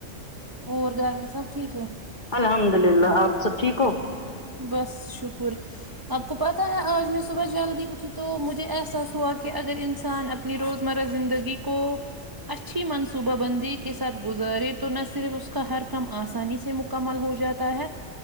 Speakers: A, on the right; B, on the left.
A: اور گھر میں سب ٹھیک ہے
B: الحمد اللہ آپ سب ٹھیک ہو
A: بس شکر آپ کو پاتا پتا ہے آج میں صبح جلدی اٹھی تو مجھے احساس ہوا کہ اگر انسان اپنی روزمرہ زندگی کو اچھی منصوبہ بندی کے ساتھ گزارے تو نہ صرف اس کا ہر کم آسانی سے مو کمل ہو جاتا ہے